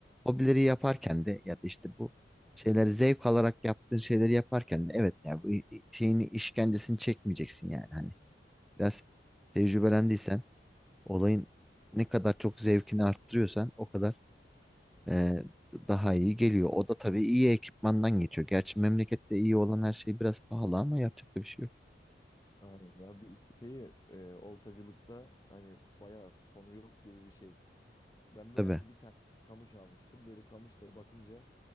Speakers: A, in the centre; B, on the left.
A: hobileri yaparken de ya da işte bu şeyleri zevk alarak yaptığın şeyleri yaparken de evet ya bu i- i- şeyini işkencesini çekmeyeceksin yani hani biraz tecrübelendiysen olayın ne kadar çok zevkini arttırıyorsan o kadar e, daha iyi geliyor. O da tabii iyi ekipmandan geçiyor. Gerçi memlekette iyi olan her şey biraz pahalı ama yapacak da bir şey yok.
B: Aynen. Ya bu iki şeyi e, oltacılıkta hani bayağı sonu yok gibi bir şey. Ben böyle
A: Tabii.
B: hani bir tane kamış almıştım. Böyle kamış da bakınca